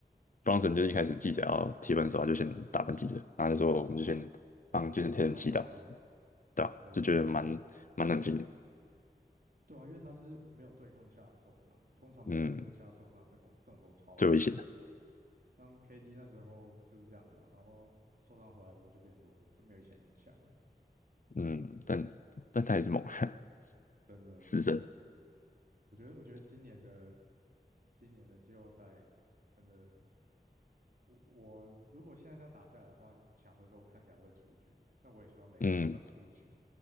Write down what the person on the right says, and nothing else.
然后祷告，
有有有有
对啊，因为他是没有对抗下受伤，通常没有对抗下受伤这种这种都超级严重，
像 KD 那时候就是这样子啊，然后受伤回来之后就变弱了，就没有以前那么强了。
对，
真的真的，
我觉得我觉得今年的今年的季后赛真的，我我如果现在这样打下来的话，强的都看起来会出局，那我也希望雷霆也要出局，